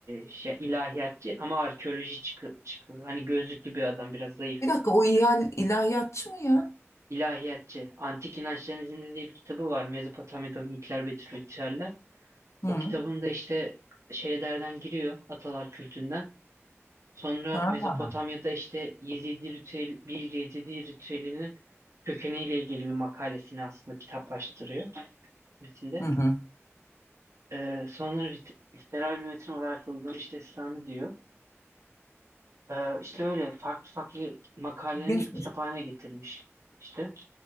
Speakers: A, on the right; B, on the left.
A: şey ilahiyatçı ama arkeoloji çıkı, çıkıyor. Hani gözlüklü bir adam biraz zayıf.
B: Bir dakika o İhal ilahiyatçı mı ya?
A: İlahiyatçı. Antik İnançların İzinde diye bir kitabı var. Mezopotamya'da mitler ve ritüeller.
B: Hı.
A: O kitabında işte şeylerden giriyor atalar kültünden. Sonra
B: Ha?
A: Mezopotamya'da işte Yezidi ritüel, bir Yezidi ritüelinin kökeniyle ilgili bir makalesini aslında kitaplaştırıyor metinde.
B: Hı hı.
A: Ee, sonra lit- literal bir metin olarak kullanılmış işte sanı diyor. Ee, işte öyle farklı farklı makalelerini
B: İlginçmiş.
A: bir kitap haline getirmiş. İşte